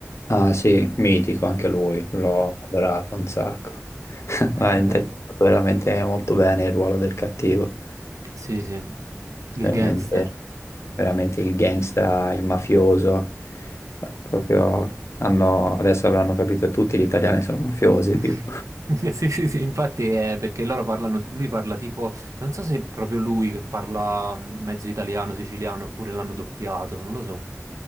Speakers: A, on the left (about 60°); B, on the right (about 85°).
A: Ah sì, mitico anche lui, l'ho adorato un sacco. <laughs>
B: <laughs>
A: Ha interpretato veramente molto bene il ruolo del cattivo,
B: Sì, sì, il
A: veramente,
B: gangster.
A: veramente il gangsta, il mafioso. Beh, Proprio hanno, adesso avranno capito tutti gli italiani sono mafiosi,
B: <laughs>
A: tipo.
B: Sì, sì, sì, infatti è perché loro parlano, lui parla tipo, non so se è proprio lui che parla mm, mezzo italiano, siciliano, oppure l'hanno doppiato, non lo so.